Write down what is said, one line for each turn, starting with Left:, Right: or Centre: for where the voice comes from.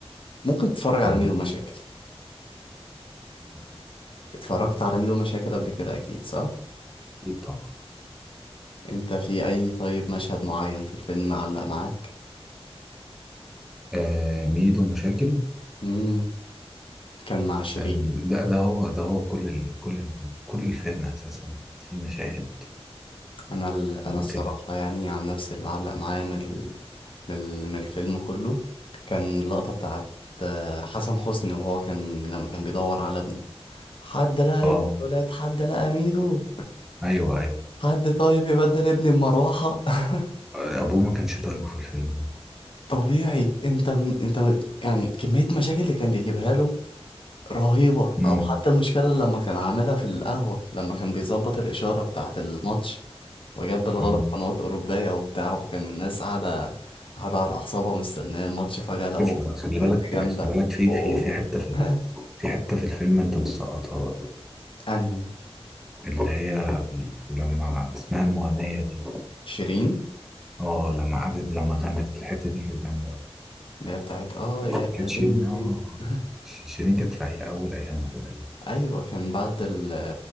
Left: ممكن تتفرج على
Centre: مم.
Left: ميدو مشاكل
Centre: مم.
Left: اتفرجت على ميدو مشاكل قبل كده اكيد صح
Centre: اكيد طبعا
Left: انت في اي طيب مشهد معين في الفيلم معلق معاك
Centre: آه ميدو مشاكل
Left: امم كان مع شيرين
Centre: آه لا ده هو ده هو كل ال كل ال كل الفيلم اساسا في مشاهد
Left: انا ال...
Centre: مقتلة
Left: انا الصراحه يعني عن نفسي اللي علق معايا من ال... من ال... من الفيلم كله كان اللقطه بتاعت آه، حسن حسني وهو كان لما كان بيدور على ابنه حد لقى
Centre: اه
Left: ابن الولاد حد لقى ميدو
Centre: ايوه ايوه
Left: حد طيب يبدل ابني بمروحة <laughs>
Centre: آه، ابوه ما كانش طايقه في الفيلم ده
Left: طبيعي انت من انت من يعني كمية مشاكل اللي كان بيجيبها له رهيبة
Centre: امم
Left: او حتى المشكلة اللي لما كان عاملها في القهوة لما كان بيظبط الإشارة بتاعة الماتش وجاب بالغلط
Centre: امم
Left: قنوات أوروبية وبتاع وكان الناس قاعدة قاعدة على أعصابها مستنية الماتش فجأة لقوا
Centre: عارف خلي
Left: بنت
Centre: بالك
Left: جامدة
Centre: خلي بالك في
Left: أوه.
Centre: في في حتة في ال-
Left: <laughs>
Centre: في حتة في الفيلم انت مسقطها برضه
Left: أنهي
Centre: اللي هي ال- لما اسمها المغنية دي
Left: شيرين
Centre: اه لما قعدت لما غنت الحتة دي كانت جامدة أوي.
Left: اللي هي بتاعت اه يا
Centre: كانت شيرين
Left: ليل
Centre: اه
Left: <laughs>
Centre: ش- ش- شيرين كانت في هي اول ايامها تقريبا
Left: ايوه كان بعد ال